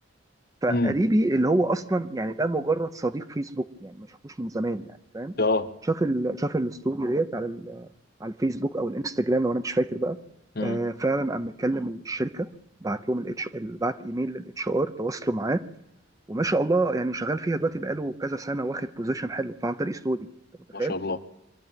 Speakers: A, on the right; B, on the left.
A: فقريبي
B: امم
A: اللي هو اصلا يعني ده مجرد صديق فيسبوك يعني ما شافوش من زمان يعني فاهم
B: اه
A: شاف ال... شاف الستوري ديت على ال... على الفيسبوك او الانستجرام لو انا مش فاكر بقى
B: امم
A: آه فعلا قام مكلم الشركه بعت لهم الاتش بعت ايميل للاتش ار تواصلوا معاه وما شاء الله يعني شغال فيها دلوقتي بقاله كذا سنه واخد بوزيشن حلو فعن طريق ستوري انت متخيل؟
B: ما شاء الله